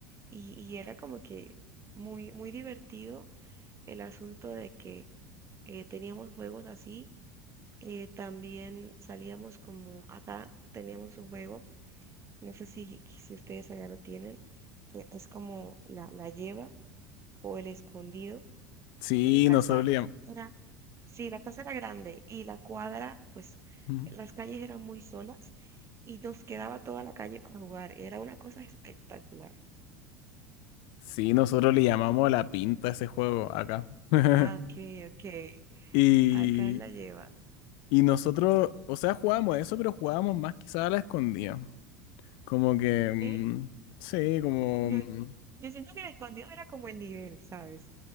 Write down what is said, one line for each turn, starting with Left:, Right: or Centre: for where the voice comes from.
Right: Y, y era como que muy, muy divertido el asunto de que eh, teníamos juegos así. eh, también salíamos como acá teníamos un juego, no sé si, si ustedes allá lo tienen, que es como la, la lleva o el escondido,
Left: Sí,
Right: y la casa
Left: nosotros le llam-
Right: era, sí, la casa era grande y la cuadra, pues
Left: Ujú.
Right: las calles eran muy solas y nos quedaba toda la calle para jugar. Era una cosa espectacular.
Left: Sí, nosotros le llamamos la pinta a ese juego acá. <laughs>
Right: Ah, ok, ok.
Left: Y,
Right: Acá la lleva.
Left: y nosotros, o sea, jugábamos eso, pero jugábamos más quizás a la escondida. Como que, mm,
Right: Sí,
Left: sí, como,
Right: yo,
Left: mm,
Right: yo siento que el escondido era como el nivel, ¿sabes?